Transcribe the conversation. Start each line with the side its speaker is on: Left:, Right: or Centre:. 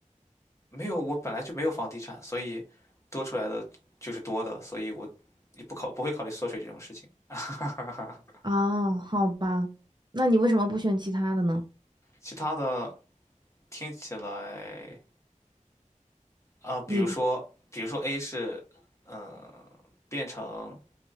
Left: 没有，我本来就没有房地产，所以多出来的就是多的，所以我也不考不会考虑缩水这种事情。<laughs>
Right: 啊，好吧，那你为什么不选其他的呢？
Left: 其他的听起来啊、比如说，
Right: 你不
Left: 比如说 A 是，嗯、变成，